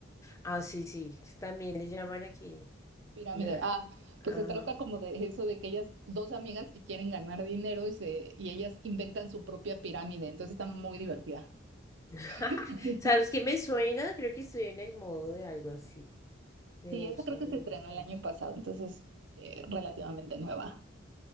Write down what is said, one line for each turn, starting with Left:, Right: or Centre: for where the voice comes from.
Left: Ah, sí, sí. También le llaman aquí.
Right: pirámide.
Left: una-
Right: Ah, pues
Left: Ajá.
Right: se trata como de eso, de que ellas, dos amigas que quieren ganar dinero y, se, y ellas inventan su propia pirámide, entonces está muy divertida.
Left: <laughs>
Right: <laughs>
Left: ¿Sabes qué me suena? Creo que estoy en el modo de algo así. Me
Right: Sí,
Left: gusta,
Right: esa creo
Left: me
Right: que se
Left: gusta.
Right: estrenó el año pasado, entonces eh, relativamente nueva.